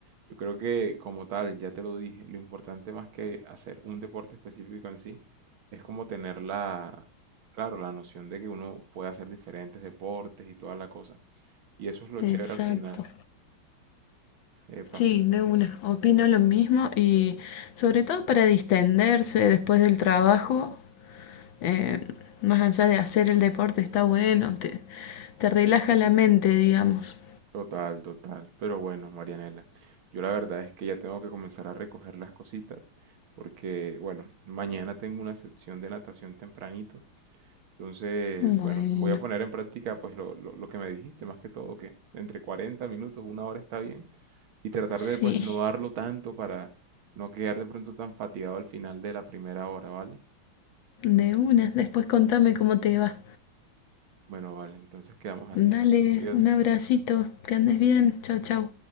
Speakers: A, on the right (about 75°); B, on the left (about 70°).
A: yo creo que como tal, ya te lo dije, lo importante más que hacer un deporte específico en sí, es como tener la, claro, la noción de que uno puede hacer diferentes deportes y toda la cosa. Y eso es lo
B: Exacto.
A: chévere al final. Epa,
B: Sí, de una. Opino lo mismo y sobre todo para distenderse después del trabajo, eh, más allá de hacer el deporte está bueno, te, te relaja la mente, digamos.
A: total, total. Pero bueno, Marianela, yo la verdad es que ya tengo que comenzar a recoger las cositas, porque bueno, mañana tengo una sección de natación tempranito Entonces,
B: Bueno,
A: bueno, voy a poner en práctica pues lo, lo- lo que me dijiste, más que todo que entre 40 minutos, una hora está bien, y tratar
B: sí.
A: de pues no darlo tanto para no quedar de pronto tan fatigado al final de la primera hora, ¿vale?
B: De una, después contame cómo te va.
A: Bueno, vale, entonces quedamos así.
B: Dale,
A: Cuídate.
B: un abracito, que andes bien, chau chau.